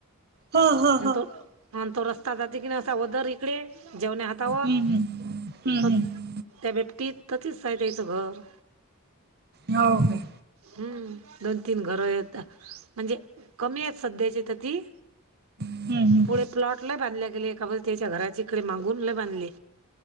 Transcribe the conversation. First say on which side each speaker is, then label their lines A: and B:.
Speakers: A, on the right (about 50°); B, on the right (about 75°).
A: हो हो
B: आणि
A: हो
B: तो, आणि तो रस्ता जाते की नाही असा वदर इकडे. जेवण्या हातावर
A: हम्म हम्म हम्म
B: तर
A: हम्म
B: त्या बेबटीत तचय त्या्या याचं घर.
A: हो, हो
B: हम्म, दोन- तीन घर येत म्हणजे कमी आहेत सध्याचे पु <unintelligible>
A: हम, हम
B: पुढे प्लॉट ला बांधल्या गेले एका ब त्याच्या घराच्या इकडे मागून ल बांधले?